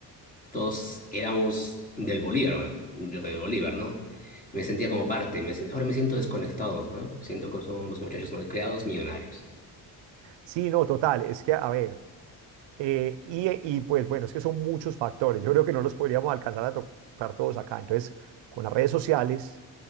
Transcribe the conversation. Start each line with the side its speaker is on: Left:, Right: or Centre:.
Left: todos éramos del Bolívar, bueno, yo soy de Bolívar, ¿no? Me sentía como parte, me sen- ahora me siento desconectado, ¿no? Siento que son los muchachos no criados millonarios.
Right: Sí, no, total, es que a ver. Eh, y, y, pues bueno, es que son muchos factores. Yo creo que no los podríamos alcanzar a tocar todos acá. Entonces, con las redes sociales,